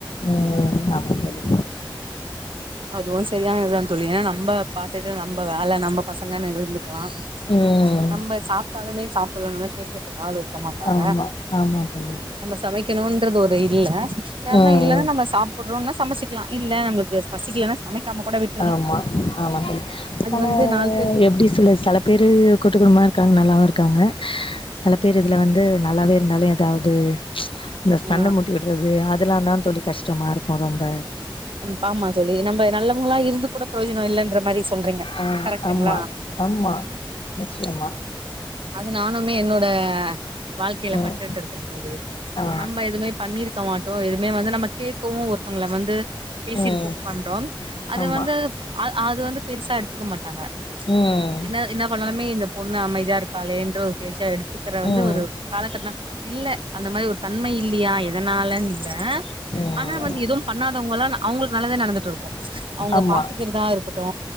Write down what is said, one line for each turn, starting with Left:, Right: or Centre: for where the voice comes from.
Left: ம் ஆமா தோழி
Right: அதுவு சரியான இதுதா தோழி ஏனா நம்ம பாத்தட்டு நம்ம வேலை நம்ம பசங்கன்னு இருந்துக்கலா
Left: ம்
Right: நம்ம சாப்டாலுமே சாப்பிலனாலு கேக்குறதுக்கு ஆள் இருக்க மாட்டாங்க
Left: ஆமா ஆமா தோழி
Right: நம்ம சமைக்கணுன்றது ஒரு இல்ல யாருனா
Left: ம்
Right: இல்ல நம்ம சாப்டுறோம்னா சமைச்சிக்கலா இல்ல நம்மளுக்கு பசிக்கிலனா சமைக்காமக்கூட விட்
Left: ஆமா ஆமாங்க தோழி தல
Right: வந்து நாலு பேரு
Left: எப்டி சொல்லு செல பேரு கூட்டு குடும்மமா இருக்காங்க நல்லாவு இருக்காங்க செல பேர் இதுல வந்து நல்லாவே இருந்தாலு எ தாவ்து இச் இந்த
Right: ஆ
Left: சண்ட மூட்டிவுட்றது அதெலா தா தோழி கஷ்டமா ருக்கு ரொம்ப
Right: ம் ஆம்மா தோழி நம்ம நல்லவங்களா இருந்து கூட பிரயோஜன இல்லன்ற மாரி சொல்றீங்க
Left: ஹா
Right: கரெக்ட்டுங்களா
Left: ஆமா ஆமா நிச்சயமா
Right: அது நானுமே என்னோட வாழ்க்கைல
Left: ம்
Right: பட்டுட்டு இருக்கே தோழி
Left: ஆ
Right: நம்ம எதுமே பண்ணிருக்க மாட்டோ எதுமே வந்து நம்ம கேட்கவு ஒருத்தவுங்கள வந்து பேசிருக்கோ
Left: ம்
Right: பண்றோ அது
Left: ஆமா
Right: வந்துப் ப அ அது வந்து பெருசா எடுத்துக்க மாட்டாங்க
Left: ம்
Right: என்ன என்ன பண்ணாலுமே இந்த பொண்ணு அமைதி இருக்காளே என்ற ஒரு பேசா எடுத்துக்கிற வந்து
Left: ம்
Right: ஒரு காலகட்ட தா இல்ல அந்த மாரி ஒரு தன்மை இல்லீயா அதனாலனு இல்ல
Left: ம்
Right: ஆனா வந்து எதும் பண்ணாதவங்கல்லா நா அவுங்களுக்கு நல்லதே நடந்துட்டு ருக்கு அவுங்க
Left: ஆமா
Right: பாத்துக்கிறதா ருக் இருக்கட்டு